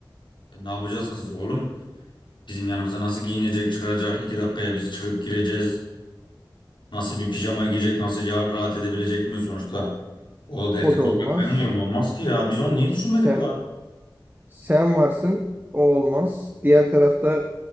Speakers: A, on the left; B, on the right.
A: E, ne yapacağız kız oğlum? Bizim yanımıza nasıl giyinecek, çıkaracak? 2 dakikaya biz çıkıp gireceğiz. Nasıl bir pijama giyecek? Nasıl ya- rahat edebilecek mi sonuçta? Odada erkek
B: o da olmaz.
A: olarak ben varım olmaz ki ya. Biz onu niye
B: Sen
A: düşünmedik lan?
B: sen varsın. O olmaz. Diğer tarafta